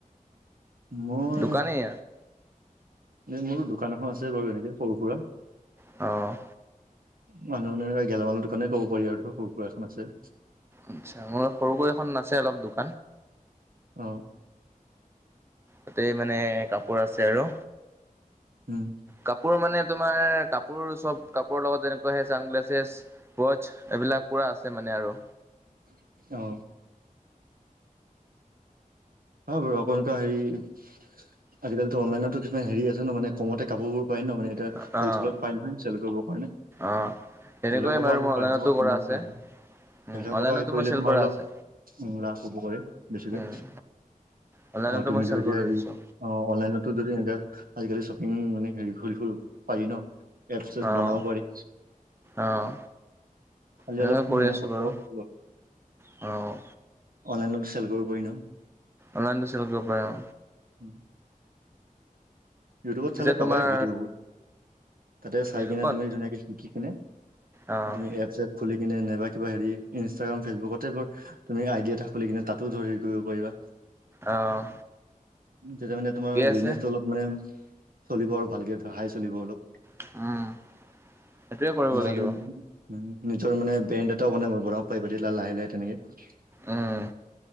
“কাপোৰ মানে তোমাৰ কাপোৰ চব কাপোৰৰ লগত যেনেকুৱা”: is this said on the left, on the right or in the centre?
Right